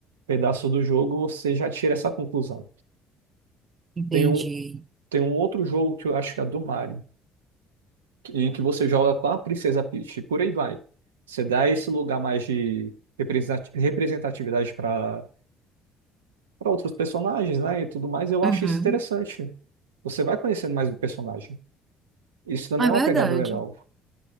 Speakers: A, on the right (about 85°); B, on the right (about 35°).
A: pedaços do jogo, você já tira essa conclusão.
B: entendi.
A: Tem um, Tem um outro jogo que eu acho que é do Mario, em que você joga com a Princesa Peach, e por aí vai. Você dá esse lugar mais de representati- representatividade para para outros personagens, né, e tudo mais, eu acho
B: Uhum.
A: isso interessante. Você vai conhecendo mais do personagem. Isso também
B: É
A: é
B: verdade.
A: uma pegada legal.